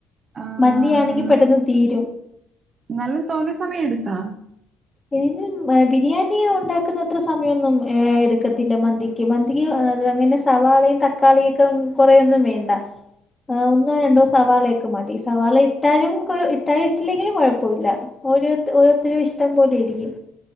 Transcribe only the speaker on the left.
മന്തിയാണെങ്കി
പെട്ടെന്ന് തീരും
തിന് ബിരിയാണി ഉണ്ടാക്കുന്നത്ര സമയൊന്നും എടുക്കത്തില്ല മന്തിക്ക്. മന്തിക്ക് അങ്ങനെ സവാളയും തക്കാളിയൊക്കെ കുറേയൊന്നും വേണ്ട ആഹ് ഒന്നോ രണ്ടോ സവാളയൊക്ക മതി സവാള ഇട്ടാലും കൊ ഇട്ടാലും ഇട്ടില്ലെങ്കിലും കുഴപ്പമില്ല. ഓരോ ഓരോരുത്തരുടെ ഇഷ്ടം പോലിരിക്കും